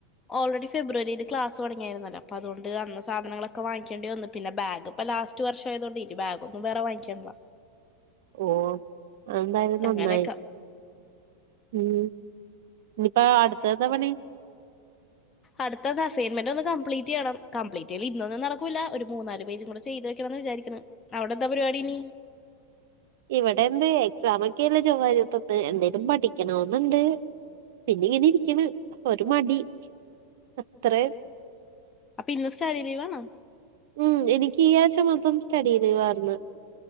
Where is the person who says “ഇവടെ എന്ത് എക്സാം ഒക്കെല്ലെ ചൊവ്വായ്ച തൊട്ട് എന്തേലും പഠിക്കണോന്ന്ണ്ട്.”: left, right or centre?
Right